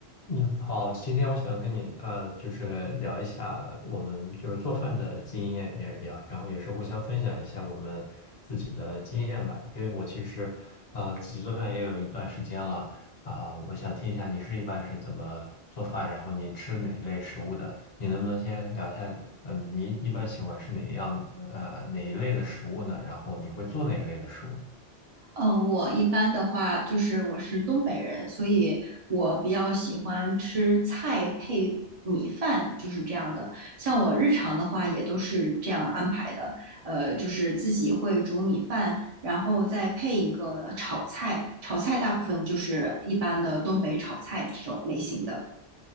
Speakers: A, on the left; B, on the right.
A: 你好，今天我想跟你呃，就是聊一下我们就是做饭的经验，也也然后也是互相分享一下我们自己的经验吧。因为我其实呃自己做饭也有一段时间了啊，我想听一下你是一般是怎么做饭，然后你吃哪一类食物的？你能不能先聊一下，嗯，你一般喜欢吃哪一样呃哪一类的食物呢？然后你会做哪一类的食物呢？
B: 嗯，我一般的话就是我是东北人，所以我比较喜欢吃菜配米饭，就是这样的。像我日常的话也都是这样安排的，呃，就是自己会煮米饭，然后再配一个炒菜，炒菜大部分就是一般的东北炒菜这种类型的。